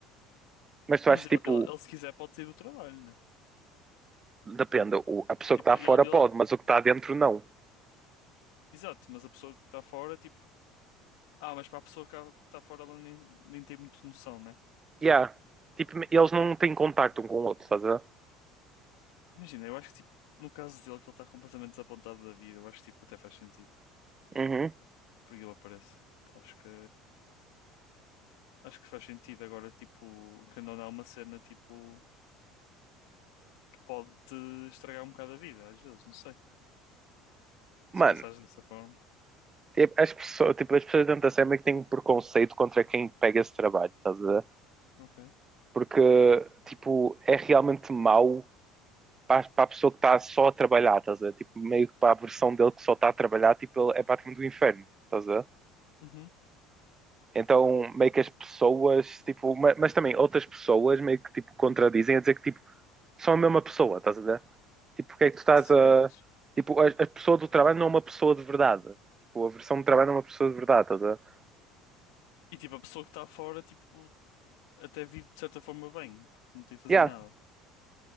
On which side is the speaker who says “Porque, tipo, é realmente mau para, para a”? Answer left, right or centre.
Right